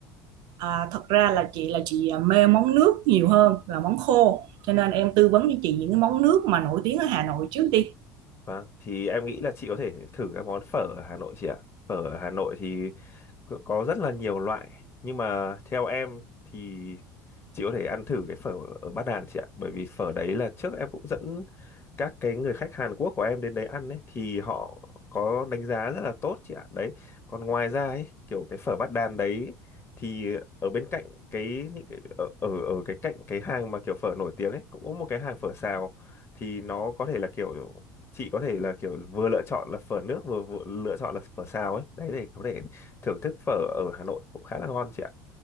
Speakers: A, on the right; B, on the left.
A: À, thật ra là chị là chị ờ, mê món nước nhiều hơn là món khô, cho nên em tư vấn cho chị những cái món nước mà nổi tiếng ở Hà Nội trước đi.
B: Vâng, thì em nghĩ là chị có thể thử các món phở ở Hà Nội chị ạ. Phở ở Hà Nội thì có có rất là nhiều loại, nhưng mà theo em thì chị có thể ăn thử cái phở ở Bát Đàn chị ạ. Bởi vì phở đấy là trước em cũng dẫn các cái người khách Hàn Quốc của em đến đấy ăn ấy, thì họ có đánh giá rất là tốt chị ạ. Đấy, còn ngoài ra ấy, kiểu cái phở Bát Đàn đấy thì ở bên cạnh cái những cái ở ở ở cái cạnh cái hàng mà kiểu phở nổi tiếng ấy cũng có một cái hàng phở xào thì nó có thể là kiểu chị có thể là kiểu vừa lựa chọn là phở nước vừa, vừa lựa chọn là phở xào ấy đấy để có thể thưởng thức phở ở Hà Nội cũng khá là ngon chị ạ